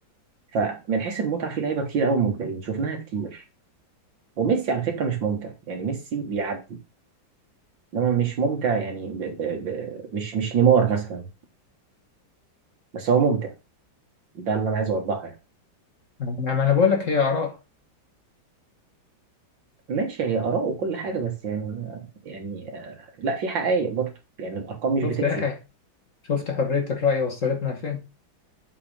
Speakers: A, on the right; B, on the left.
A: فمن حيث المتعة في لعيبة كتير قوي ممتعين شفناها كتير وميسي على فكرة مش ممتع يعني ميسي بيعدي انما مش ممتع يعني ب... ب... ب... مش مش نيمار مثلا بس هو ممتع ده اللي انا عايز اوضحه يعني
B: ما ما أنا بقول لك هي آراء
A: ماشي هي اراء وكل حاجه بس يعني يعني آه، لا في حقائق برضه يعني الارقام مش بتكذب
B: شفت يا أخي شفت حرية الرأي وصلتنا فين